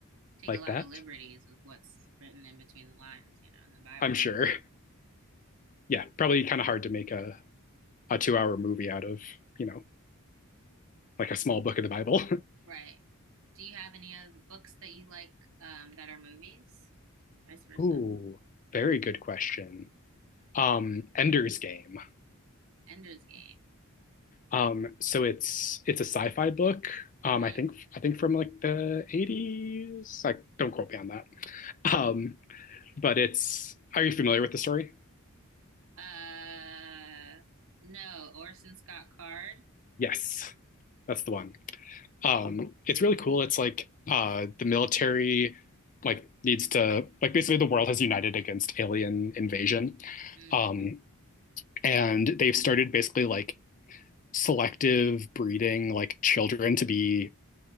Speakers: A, on the right; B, on the left.
A: Take
B: Like
A: a lot
B: that.
A: of liberties with what's written in between the lines, you know, in the Bible.
B: I'm sure. Yeah, probably kind of hard to make a, a two hour movie out of, you know, like a small book of the Bible.
A: Right. Do you have any other books that you like um, that are movies?
B: <laughs>
A: Vice versa.
B: Ooh, very good question. Um, Ender's Game.
A: Ender's Game.
B: Um, so it's it's a sci-fi book. Um,
A: Mm-hmm.
B: I think I think from like the 80s. Like, don't quote me on that. Um, but it's. Are you familiar with the story?
A: Uh, no, Orson Scott Card.
B: Yes, that's the one. Um, it's really cool. It's like uh, the military like needs to like basically the world has united against alien invasion.
A: Mm-hmm.
B: Um, and they've started basically like selective breeding like children to be